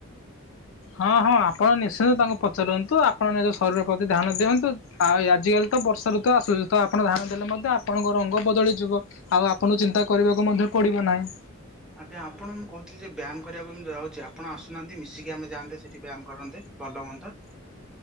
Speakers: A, on the left; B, in the centre.
A: ହଁ, ହଁ, ଆପଣ ନିଶ୍ଚିନ୍ତ ତାଙ୍କୁ ପଚାରନ୍ତୁ, ଆପଣ ନିଜ ଶରୀର ପ୍ରତି ଧ୍ୟାନ ଦିଅନ୍ତୁ। ଆଉ ଆଜିକାଲି ତ ବର୍ଷାଋତୁ ଆସୁଛି, ତ ଆପଣ ଧ୍ୟାନ ଦେଲେ ମଧ୍ୟ ଆପଣଙ୍କ ରଙ୍ଗ ବଦଳିଯିବ। ଆଉ ଆପଣଙ୍କୁ ଚିନ୍ତା କରିବାକୁ ମଧ୍ୟ ପଡିବ ନାହିଁ।
B: ଆଜ୍ଞା, ଆପଣ ମୁଁ କହୁଥିଲି ଯେ ବ୍ୟାୟାମ କରିବାକୁ ମୁଁ ଯାଉଛି। ଆପଣ ଆସୁନାହାନ୍ତି, ମିଶିକି ଆମେ ଯାନ୍ତେ, ସେଠି ବ୍ୟାୟାମ କରନ୍ତେ। ଭଲ ହୁଅନ୍ତା।